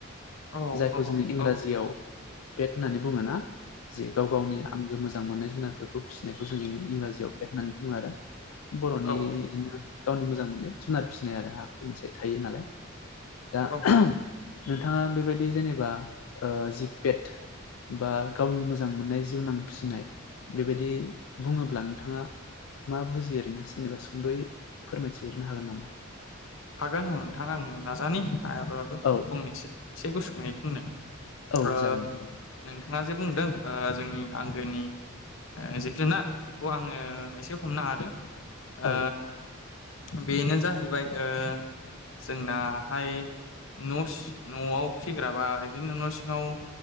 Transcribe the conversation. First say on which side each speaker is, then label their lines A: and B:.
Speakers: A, on the left; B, on the left.
A: औ
B: जायखौ
A: औ
B: जोङो इंराजियाव
A: औ
B: बेट होननानै बुङोना जे गाव गावनि आंगो मोजां। मोजां मोननाय जुनारफोरखौ फिसिनायखौ जों इंराजियाव पेट होननानै बुङो आरो। बर'नि
A: औ
B: बिदिनो गावनि मोजां मोननाय जुनार फिसिनाय आरो आखु मोनसे थायो नालाय
A: औ
B: दा नोंथाङा बेबायदि जेनेबा जि पेट बा गावनि मोजां मोननाय जिउनां फिसिनाय बेबायदि बुङोब्ला नोंथाङा मा बुजियो ओरैनो सोरनिबा सुंद'यै फोरमायथिग्रोनो हागोन नामा?
A: हागोन औ नोंथां आं नाजानि हायाबाबबो
B: औ
A: फंनैसो एसे गुसुङै बुंनो
B: औ
A: ओ
B: जागोन दे।
A: नोंथाङा जे बुंदों जोंनि आंगोनि जिब-जुनार बेखौ आङो एसे हमनो हादों। ओ
B: औ
A: बेनो जाहैबाय ओ जोंनाहाय न'स न'आव फिग्रा बा बिदिनो न' सिङाव